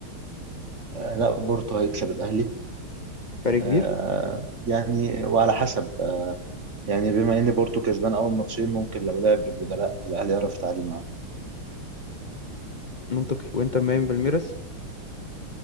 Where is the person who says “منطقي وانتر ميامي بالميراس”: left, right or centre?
Left